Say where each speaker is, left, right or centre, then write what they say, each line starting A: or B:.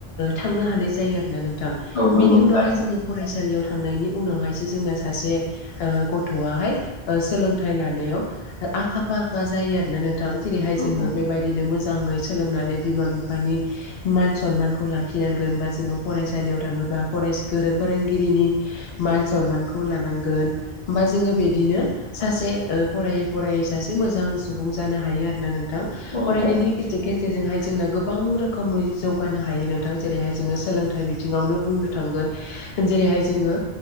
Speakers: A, on the left; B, on the left.
A: थांनो हानाय जायो आरो ना नोंथां।
B: औ नंगौ
A: बेनि उनावहाय
B: थारैनो
A: जोङो फरायसालियाव थांनायनि उनावहायसो जोंना सासे गथ'आहाय ओ सोलों थाय -लानायाव आखा फाखा जायो आरोना नोंथां जेरैहाय
B: औ
A: जोङो बेबायदिनो मोजाङै सोलोंनानै बिमा बिफानि मान सनमानखौ लाखिनांगोन बा जोङो फरायसालियाव थाङोबा ग -फोरोंगिरिनि मान सनमानखौ लानांगोन होमबा जोङो बिदिनो सासे फरायै फरायै सासे मोजां सुबुं जानो हायो आरोना नोंथां
B: औ
A: फरायनायनि
B: थारैनो
A: गेज' जे - खेजेरजोंहाय जोंना गोबां रोखोमै जौगानो हायो नोंथां जेरैहाय जोङो सोलोंथाइ बिथिङावनो बुंनो जेरैहाय जोङो